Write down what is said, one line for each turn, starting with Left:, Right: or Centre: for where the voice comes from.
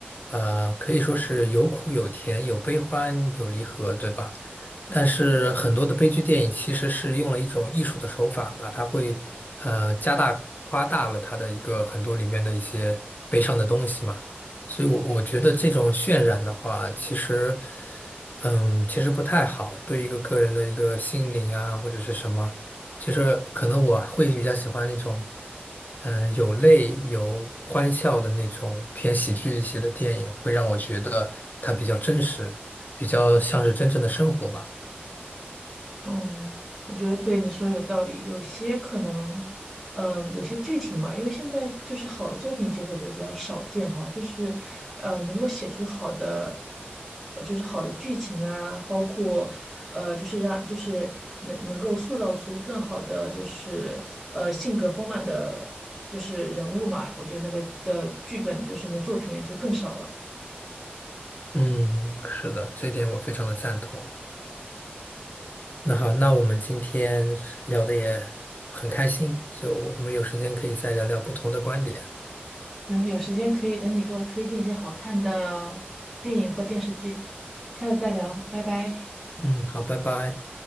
Left: 呃，可以说是有苦有甜，有悲欢，有离合，对吧？
Centre: 对。
Left: 但是很多的悲剧电影其实是用了一种艺术的手法，把它会呃加大夸大了它的一个很多里面的一些悲伤的东西嘛。所以我，我觉得这种渲染的话，其实嗯，其实不太好，对一个个人的一个心灵啊或者是什么，其实可能我会比较喜欢那种嗯、呃有泪有欢笑的那种偏喜剧一些的电影，会让我觉得它比较真实，比较像是真正的生活吧。
Centre: 嗯，我觉得对你说的有道理。有些可能，嗯，有些剧情嘛，因为现在就是好的作品，其实我觉得比较少见哈，就是，呃，能够写出好的，呃就是好的剧情啊，包括，呃，就是让就是能能够塑造出更好的就是呃性格丰满的，就是人物嘛。我觉得那个的剧本就是那作品也就更少了。
Left: 嗯，是的，这点我非常的赞同。那好，那我们今天聊的也很开心，就我们有时间可以再聊聊不同的观点。
Centre: 等有时间可以等你给我推荐一些好看的电影或电视剧，下次再聊，拜拜。
Left: 嗯，好，拜拜。